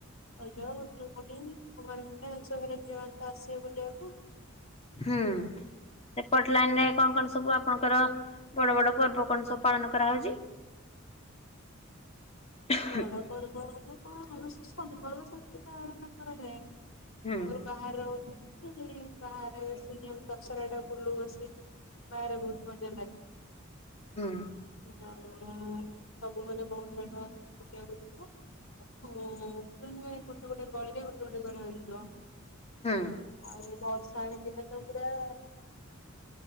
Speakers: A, on the left (about 75°); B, on the left (about 30°).
A: ରଜ, ଖୁଦୁରୁକୁଣିି, କୁମାରୀପୂର୍ଣ୍ଣିମା ଏମିତି ସବୁ ହେଲେ ଝିଅ ମାନେ ତ ଆସିବେ ବୁଲିବାକୁ।
B: ହୁଁ ସେପଟ ଲାଇନ୍ ରେ କଣ କଣ ସବୁ ଆପଣଙ୍କର ବଡ ବଡ ପର୍ବ କଣ ସବୁ ପାଳନ କରାହୋଉଛି? ହୁଁ
A: ବଡ଼ ପର୍ବ କଣ ଆମର ତ ସବୁ ପର୍ବ ସେମିତି ପାଳନ କରାଯାଏ।
B: ହୁଁ
A: ଆଗରୁ ବାହାରେ ରହୁଥିଲି ବାହାରେ ବସି ଦଶରା ଟା ବୁଲୁ ବସି ବାହରେ ବୁଲୁ ମଜା ଲାଗେ।
B: ହୁଁ।
A: ଆଉ ସବୁ ମାନେ ବୋହୁତ୍ ଜାଗା ବୁଲିଆକୁ ଯିବୁ। ଆକୁ ଗୋଟେ ଗୋଟେ ଗଳୀରେ ଗୋଟେ ଗୋଟେ ମେଢ଼ ହେଇଥିବ।
B: ହୁଁ।
A: ଆଉ ଭସାଣି ଦିନ ତ ପୁରା